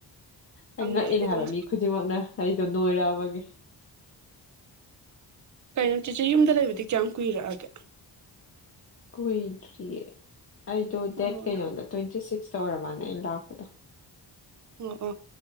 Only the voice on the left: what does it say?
ꯑꯩ ꯉꯛꯏꯅꯦ
ꯍꯥꯏꯕ ꯃꯤ ꯈꯨ ꯗꯤꯡꯃꯛꯅ ꯑꯩꯗꯣ ꯅꯣꯏꯔꯛꯑꯕꯒꯤ
ꯀꯨꯏꯗ꯭ꯔꯤꯌꯦ ꯑꯩꯗꯣ ꯗꯦꯠ
ꯀꯩꯅꯣꯗ ꯇꯣꯏꯟꯇꯤ ꯁꯤꯛꯁ ꯇ ꯑꯣꯏꯔ ꯃꯥꯜꯅꯦ ꯑꯩꯅ ꯂꯥꯛꯄꯗꯣ